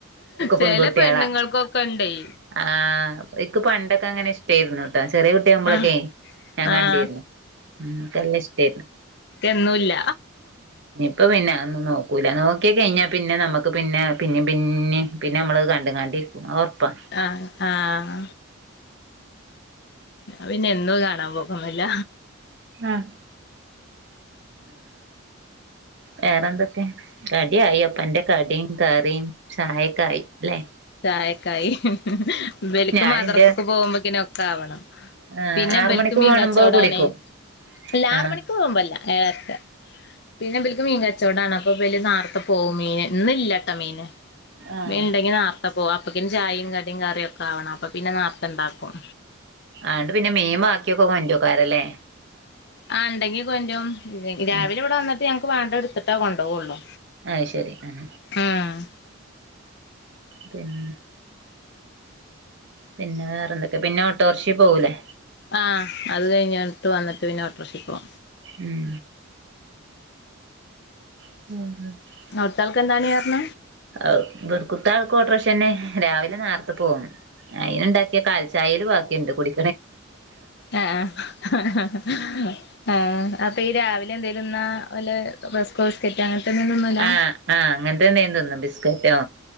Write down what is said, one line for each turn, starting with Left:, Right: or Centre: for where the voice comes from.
Left: ചെല
Right: പെൺകുട്ട്യാളാ
Left: പെണ്ണുങ്ങൾക്കൊക്കെണ്ടെയ്.
Right: ആഹ് ഇക്ക് പണ്ടൊക്കെ അങ്ങനെ ഇഷ് യരുന്നോട്ടോ. ചെറിയ കുട്ടിയാമ്പൊളൊക്കെ
Left: ആഹ്
Right: ഞാൻ
Left: ആഹ്
Right: കണ്ടിരുന്നു. ൻക്ക് നല്ല ഇഷ്ടെരുന്നു.
Left: ൻക്കന്നൂല്ല.
Right: ഇപ്പൊ പിന്നെ അതൊന്നും നോക്കൂല. നോക്കി കഴിഞ്ഞ പിന്നെ നമ്മുക്ക് പിന്നെ, പിന്നേ പിന്നേം, പിന്നെ മ്മളത് കണ്ട് കാണ്ടിരിക്കും. അത് ഒറപ്പ.
Left: ആഹ് ആഹ് ഞാൻ പിന്നെ എന്നൂത് കാണാൻ പോക്കൊന്നൂല്ല.
Right: ആഹ് വേറെന്തൊക്കെ? കടിയായം ന്റെ കടീം, കറീം, ചായക്കായി അല്ലെ?
Left: ചായക്കായി. ഇബല്ക്ക്
Right: ഞാനിന്റെ
Left: മദ്രസക്ക് പോവുമ്പക്ക്ന് ഒക്കാവണം.
Right: ഏഹ്
Left: പിന്നെ
Right: ആറ്
Left: ഇബല്ക്ക്
Right: മണിക്ക്
Left: മീൻ
Right: പോണുമ്പോ
Left: കച്ചോടാണ്.
Right: കുടിക്കും
Left: അല്ല ആറ്
Right: ആഹ്
Left: മണിക്ക് പോകുമ്പല്ല, ഏഴരക്ക. പിന്നെ ഇബല്ക്ക് മീങ്കച്ചോ ച്ചോടാണപ്പോ ബല് നാർത്തപോവും മീന് ഇന്ന്ല്ലട്ട മീന്
Right: ആഹ്
Left: മീൻണ്ടങ്കി നാർ അപ്പോവ അപ്പക്കിൻ ചായിം കടിം കറിഒക്കാവണം അപ്പൊ പിന്നെ നാർത്തണ്ടാകും.
Right: ആണ്ട് പിന്നെ മിം ബാക്കിയൊക്കെ കൊന്റോക്കാരല്ലേ.
Left: ആഹ് ഇണ്ടെങ്കി കൊൻറ്റും രാവിലെ
Right: ഉം
Left: ഇവട വന്നിട്ട് ഞങ്ങ്ക് വേടത്ട്തിട്ട കൊണ്ടോവൊള്ളു.
Right: അയ്ശെരി ഉം
Left: ആഹ്
Right: പിന്നെ പിന്നെ വേറന്തൊക്കെ പിന്നെ ഓട്ടോർഷി പോവൂലേ.
Left: ആഹ് അത് കൈന്നിട്ട് വന്നിട്ട് പിന്നെ ഒട്ട്റോഷി പോം.
Right: ഉം <unintelligible>
Left: അവ്ട്താൾക്കെന്താണി അർൻ?
Right: ഔ ഇബ്ട്കുത്ത ആൾക്കു ഓട്രോശെന്നെ രാവിലെ നേർത്ത പോവും. അയ്ൻണ്ടാക്കിയ കാല്ചായേലും ബാക്കിണ്ട് കുടി
Left: ആഹ് ആഹ് ആ അപ്പഈ രാവിലെ എന്തേലുന്നാ ഒലെ റെസ്കൊവിസ്കെറ്റോ അങ്ങൻത്തൊന്നൂന്നുല്ല?
Right: ആഹ് ആഹ് അങ്ങൻത്തെന്തേം തിന്നും ബിസ്ക്കറ്റോ